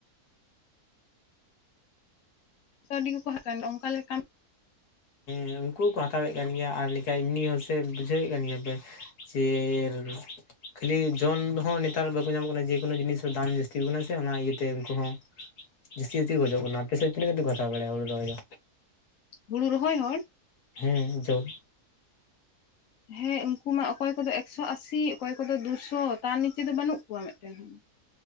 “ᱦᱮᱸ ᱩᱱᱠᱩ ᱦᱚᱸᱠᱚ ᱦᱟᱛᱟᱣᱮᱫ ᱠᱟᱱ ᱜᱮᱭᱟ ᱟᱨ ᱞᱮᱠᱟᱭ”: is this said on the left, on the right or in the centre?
Left